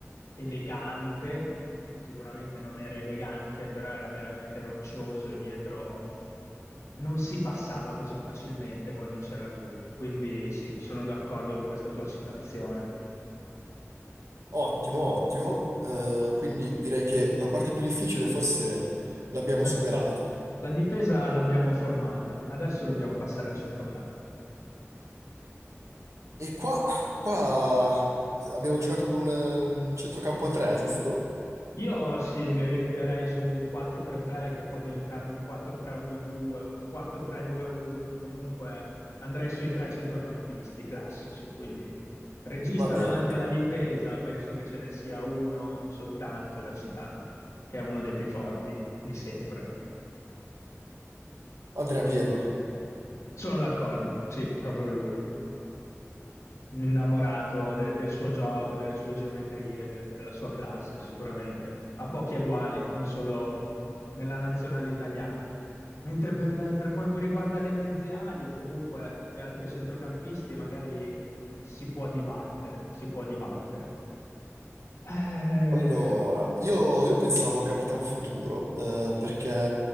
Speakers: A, on the left; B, on the right.
A: elegante, sicuramente non era elegante, però era veramente roccioso e dietro non si passava così facilmente quando c'era lui. Quindi sì, sono d'accordo con questa tua citazione.
B: ottimo, ottimo. Eh, quindi direi che la parte più difficile forse l'abbiamo
A: La,
B: superata.
A: la difesa l'abbiamo formata, adesso dobbiamo passare al centrocampo.
B: E qua, qua abbiamo giocato con un, un centrocampo a tre, giusto?
A: Io sì, mi orienterei su un 4-3-3 che può diventare un 4-3-1-2, un 4-3-2-1, comunque andrei sui tre centrocampisti classici, quindi regista
B: Va bene.
A: davanti alla difesa, penso che ce ne sia uno soltanto da citare, che è uno dei più forti di sempre.
B: Andrea Pirlo.
A: Sono d'accordo, sì, proprio lui, lui. innamorato de- del suo gioco, delle sue geometrie, de- della sua classe, sicuramente. Ha pochi eguali, non solo nella nazionale italiana. Mentre per, per quanto riguarda le mezze ali o comunque gli altri centrocampisti, magari si può dibattere, si può dibattere. Eh,
B: Allora, io, io pensavo a Capitan Futuro, eh, perché